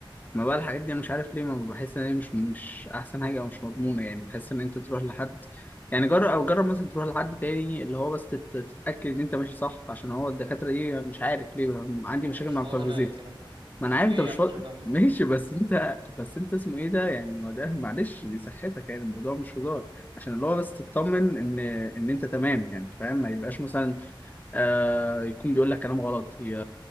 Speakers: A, on the left; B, on the right.
A: ما بقى الحاجات دي انا مش عارف ليه ما بحس ان هي مش مش احسن حاجه او مش مضمونه يعني بحس ان انت تروح لحد يعني جرب او جرب مثلا تروح لحد تاني اللي هو بس تت- تتاكد ان انت ماشي صح عشان هو الدكاتره دي مش عارف ليه هم- عندي
B: ما
A: مشاكل
B: انا مش
A: مع
B: فاضي
A: بتوع الغذاء
B: انا للكلام ده
A: ما
B: مش-
A: انا عارف
B: ليه
A: انت مش
B: عندك
A: فاضي
B: شغف في زيت
A: ماشي
B: ليه
A: بس انت بس انت اسمه ايه ده يعني ما ده معلش دي صحتك يعني الموضوع مش هزار عشان اللي هو بس تطمن ان ان انت تمام يعني فاهم ما يبقاش مثلا آه يكون بيقول لك كلام غلط يا